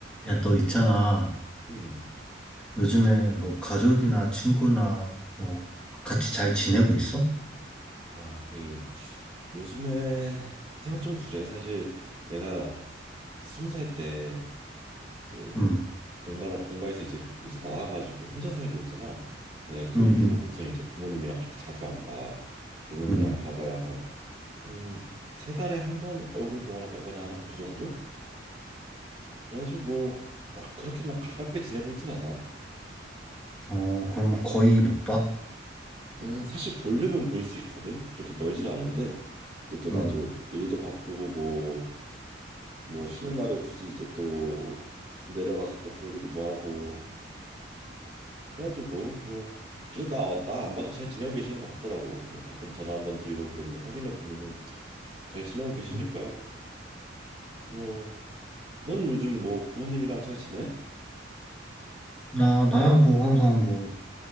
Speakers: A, in the centre; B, on the right.
A: 야, 너 있잖아.
B: 음.
A: 요즘에 뭐 가족이나 친구나 뭐 같이 잘 지내고 있어?
B: 아, 그 요즘에 그냥 좀 그래. 사실 내가 그 스무 살 때 이제
A: 응,
B: 본가라 본가에서 이제 이제 나와가지고 혼자 살고 있잖아. 내가 그
A: 응,
B: 이후부터는
A: 응,
B: 이제 부모님이랑 그렇게 자주 안 봐. 부모님이랑
A: 응.
B: 봐봐야 한 한 세 달에 한 번 얼굴 보거나 한 그 정도? 그래가지고 뭐 막 그렇게 막 가깝게 지내고 있진 않아.
A: 어, 그럼
B: 음,
A: 거의 못 봐?
B: 음, 사실 보려면 볼 수 있거든. 그렇게 멀진 않은데. 근데 또 나도
A: 응.
B: 일도 바쁘고 뭐 뭐 쉬는 날에 굳이 이제 또 내려가서 또 그러기도 뭐하고 해가지고 뭐 그래서 나 나 안 봐도 잘 지내고 계시는 것 같더라고 뭐 가끔 전화 한번 드리고 그러면 확인해 보면은 잘 지내고 계시니까
A: 어,
B: 뭐 너는 요즘 뭐 부모님이랑 잘 지내?
A: 나, 나야 뭐 항상 뭐